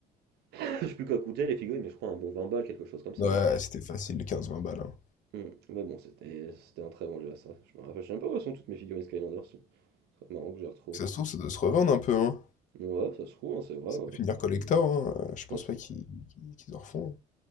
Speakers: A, on the right; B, on the left.
A: <laughs> Je sais plus quoi coûter les figurines, mais je crois un bon 20 balles, quelque chose comme ça.
B: Ouais,
A: hein, si
B: c'était facile, quinze vingt balles. hein.
A: Hmm. Mais bon, c'était c'était un très bon jeu à ça. Je me rappelle, je sais même pas où elles sont toutes mes figurines Skylander. Très marrant que je les retrouve.
B: Ça se trouve, ça doit se revendre un peu. Hein.
A: Ouais, ça se trouve, hein, c'est vrai,
B: Ça
A: ouais.
B: peut finir collector. hein. Euh, Je pense
A: Ça se
B: pas
A: trouve.
B: qu'ils qu'ils- qu'ils en refont. hein.